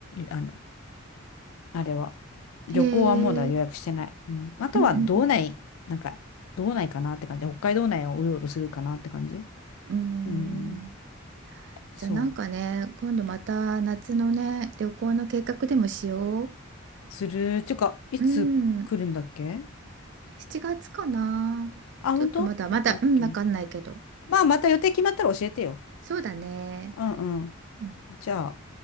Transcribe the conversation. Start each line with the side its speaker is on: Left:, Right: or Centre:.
Left: あの、あれは。
Right: へえ。
Left: 旅行はもうだ予約してない。うん。あとは道内、
Right: うんうん
Left: なんか、道内かなって感じ。北海道内をうろうろするかなって感じ。
Right: うん。う
Left: うん。
Right: ん。
Left: そう。
Right: じゃあなんかね、今度また夏のね、旅行の計画でもしよ
Left: する。てか、いつ来るんだっけ
Right: う。うん。7月かな。
Left: あ、ほんとオッケーオッケー。
Right: ちょっとまだまだ、うん、わかんないけど。
Left: まあ、また予定決まったら教えてよ。
Right: そうだね。
Left: うんうん。
Right: うん
Left: じゃあ。